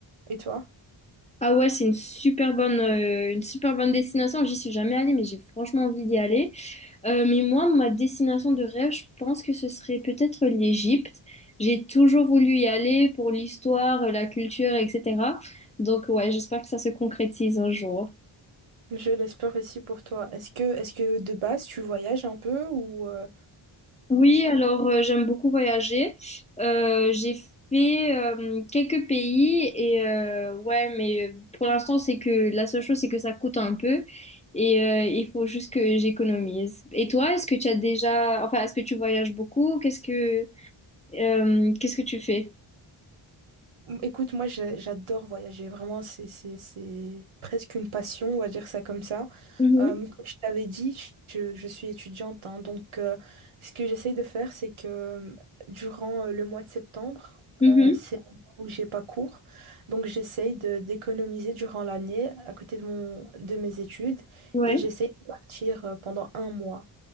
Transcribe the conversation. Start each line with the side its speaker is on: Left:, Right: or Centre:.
Right: Et toi?
Left: Ah ouais, c'est une super bonne, euh, une super bonne destination. J'y suis jamais allée, mais j'ai franchement envie d'y aller. Euh, mais moi, ma destination de rêve, je pense que ce serait peut-être l'Égypte. J'ai toujours voulu y aller pour l'histoire, la culture, etc. Donc ouais, j'espère que ça se concrétise un jour.
Right: Je l'espère aussi pour toi. Est-ce que, est-ce que de base, tu voyages un peu ou... euh,
Left: Oui, alors euh, j'aime beaucoup voyager. Euh, j'ai fait euh, quelques pays et euh, ouais, mais euh, pour l'instant c'est que la seule chose c'est que ça coûte un peu et euh, il faut juste que j'économise. Et toi, est-ce que tu as déjà, enfin, est-ce que tu voyages beaucoup? Qu'est-ce que euh, qu'est-ce que tu fais?
Right: Écoute, moi j'ai- j'adore voyager, vraiment c'est c'est- c'est presque une passion, on va dire ça comme ça.
Left: Mhm,
Right: Euh, comme je t'avais dit, je, je suis étudiante, hein, donc euh, ce que j'essaye de faire, c'est que euh, durant euh, le mois de septembre,
Left: mhm,
Right: euh, c'est un mois où j'ai pas cours, donc j'essaye de- d'économiser durant l'année à côté de, mon, de mes études
Left: ouais.
Right: et j'essaye de partir euh, pendant un mois.